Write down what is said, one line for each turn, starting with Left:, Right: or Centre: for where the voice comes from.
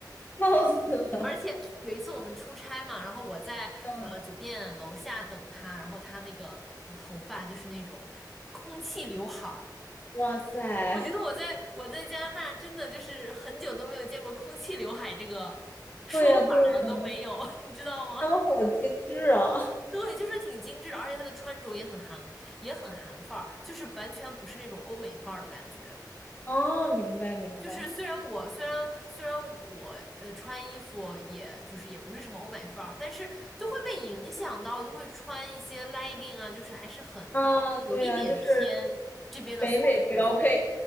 Left: 笑死了。
Centre: 而且有一次我们出差嘛，然后我在呃酒店楼下等他，
Left: 嗯，
Centre: 然后他那个呃头发就是那种空气刘海儿，
Left: 哇塞，
Centre: 我觉得我在我在加拿大真的就是很久都没有见过空气刘海这个说法了，
Left: 对呀对呀，
Centre: 都没有，<laughs> 你知道吗？
Left: 他们好精致啊。
Centre: 对，就是挺精致的，而且他的穿着也很韩，也很韩范儿，就是完全不是那种欧美范儿的感觉。
Left: 哦，明白明白。
Centre: 就是虽然我虽然虽然我呃穿衣服也就是也不是什么欧美范儿，但是就会被影响到，就会穿一些 legging 啊，就是还是很有一点偏这边的风格了。
Left: 啊，对呀，就是北美标配。